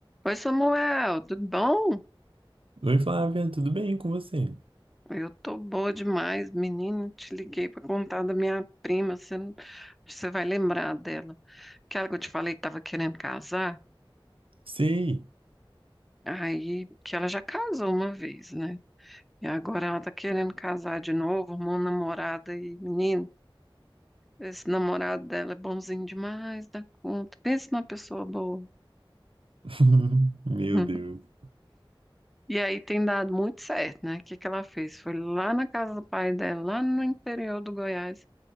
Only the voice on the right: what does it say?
Oi, Flávia, tudo bem com você?
Sei.
<laughs> Meu
Deus.